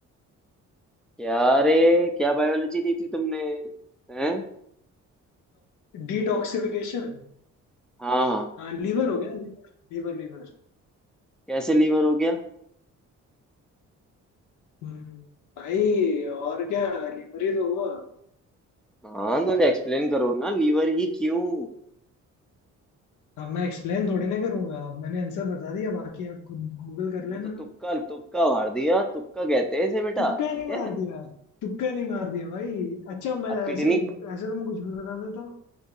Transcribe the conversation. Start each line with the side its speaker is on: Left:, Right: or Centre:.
Centre: क्या रे क्या बायोलॉजी दी थी तुमने हैं
Left: डिटॉक्सिफिकेशन
Centre: हाँ हाँ
Left: हाँ लीवर हो गया Liver liver
Centre: कैसे लीवर हो गया
Left: हम्म, भाई और क्या लीवर ही तो हुआ
Centre: हाँ तो एक्सप्लेन करो ना लीवर ही क्यों
Left: अब मैं एक्सप्लेन थोड़ी ना करूंगा अब मैंने आंसर बता दिया बाकी आप खुद गूगल कर
Centre: वो
Left: लेना
Centre: तो तुक्का तुक्का मार दिया तुक्का कहते हैं इसे बेटा
Left: तुक्का
Centre: ठीक
Left: नहीं मार
Centre: है
Left: दिया तुक्का नहीं मार दिया भाई अच्छा मैं
Centre: अब किडनी
Left: ऐसे ऐसे तो मैं कुछ भी बता देता